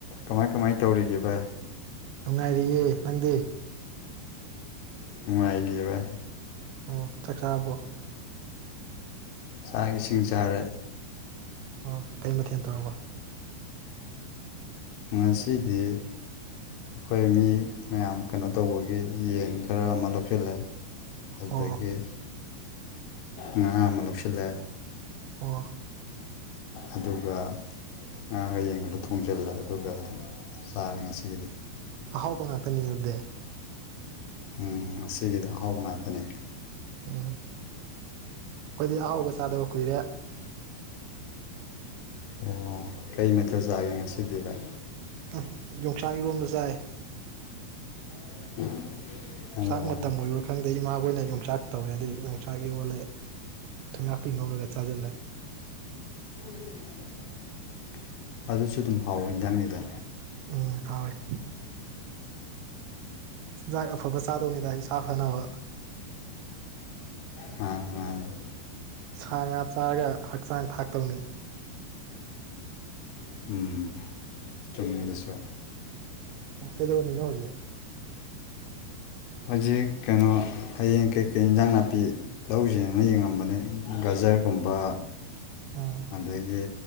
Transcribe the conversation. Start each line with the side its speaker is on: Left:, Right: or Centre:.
Left: ꯀꯃꯥꯏ ꯀꯃꯥꯏ ꯇꯧꯔꯤꯒꯦ ꯚꯥꯏ
Right: ꯅꯨꯡꯉꯥꯏꯔꯤꯌꯦ ꯅꯪꯗꯤ
Left: ꯅꯨꯡꯉꯥꯏꯔꯤꯌꯦ ꯕꯥꯏ
Right: ꯑ‌ꯣ ꯆꯥꯛ ꯆꯥꯔꯕꯣ
Left: ꯆꯥꯛ ꯏꯁꯤꯡ ꯆꯥꯔꯦ
Right: ꯑꯣ ꯀꯔꯤ ꯃꯊꯦꯜ ꯇꯧꯔꯕ
Left: ꯉꯁꯤꯗꯤ ꯑꯈꯣꯏ ꯃꯤ ꯃꯌꯥꯝ ꯀꯩꯅꯣ ꯇꯧꯕꯒꯤ ꯌꯦꯟ ꯈꯔ ꯑꯃ ꯂꯧꯁꯤꯜꯂꯦ ꯑꯗꯒꯤ
Right: ꯑꯣ
Left: ꯉꯥ ꯑꯃ ꯂꯧꯁꯤꯜꯂꯦ
Right: ꯑꯣ
Left: ꯑꯗꯨꯒ ꯉꯥꯒ ꯌꯦꯟꯒꯗꯣ ꯊꯣꯡꯖꯤꯜꯂꯦ ꯑꯗꯨꯒ ꯑꯗꯨꯝ ꯆꯥꯔꯦ ꯉꯁꯤꯒꯤꯗꯤ
Right: ꯑꯍꯥꯎꯕ ꯉꯥꯛꯇꯅꯤ ꯑꯗꯨꯗꯤ
Left: ꯎꯝ ꯉꯁꯤꯒꯤꯗꯤ ꯑꯍꯥꯎꯕ ꯉꯥꯛꯇꯅꯦ
Right: ꯎꯝ ꯈꯣꯏꯗꯤ ꯑꯍꯥꯎꯕ ꯆꯥꯗꯕ ꯀꯨꯏꯔꯦ
Left: ꯑꯣ ꯀꯩ ꯃꯊ‌ꯦꯜ ꯆꯥꯒꯦ ꯉꯁꯤꯗꯤ ꯚꯥꯏ
Right: ꯎꯝ ꯌꯣꯡꯆꯥꯛ ꯏꯔꯣꯟꯕ ꯆꯥꯏ
Left: <unintelligible> ꯑꯣ
Right: ꯆꯥꯛ ꯃꯇꯝ ꯑꯣꯏꯔꯕꯔꯥ ꯈꯪꯗꯦ ꯏꯃꯥ ꯑꯣꯏꯅ ꯌꯣꯡꯆꯥꯛ ꯇꯧꯋꯦ ꯑꯗꯩ ꯌꯣꯡꯆꯥꯛ ꯏꯔꯣꯜꯂꯦ ꯊꯨꯝꯌꯥꯥꯛꯄꯤ ꯉꯧꯔꯒ ꯆꯥꯁꯤꯜꯂꯦ
Left: <unintelligible> ꯑꯗꯨꯁꯨ ꯑꯗꯨꯝ ꯍꯥꯎꯕ ꯏꯟꯖꯥꯡꯅꯤꯗ
Right: ꯎꯝ ꯍꯥꯎ ꯑ‌ꯦ ꯆꯤꯟꯖꯥꯛ ꯑꯐꯕ ꯆꯥꯗꯧꯅꯤꯗ ꯏꯁꯥ ꯐꯅꯕ
Left: ꯃꯥꯅꯦ ꯃꯥꯅꯦ
Right: ꯁꯥ ꯉꯥ ꯆꯥꯔꯒ ꯍꯛꯆꯥꯡ ꯊꯥꯛꯇꯧꯅꯤ
Left: ꯎꯝ ꯆꯨꯝꯃꯤ ꯑꯗꯨꯁꯨ
Right: ꯑꯣ ꯀꯩꯗꯧꯔꯝꯃꯤꯅꯣ ꯍꯧꯖꯤꯛ
Left: ꯍꯧꯖꯤꯛ ꯀꯩꯅꯣ ꯍꯌꯦꯡ ꯀꯩꯀꯩ ꯏꯟꯁꯥꯡ ꯅꯥꯄꯤ ꯂꯧꯎꯁꯤꯅ ꯌꯦꯡꯉꯝꯕꯅꯦ ꯒꯖꯔꯒꯨꯝꯕ
Right: ꯎꯝ
Left: ꯑꯗꯒꯤ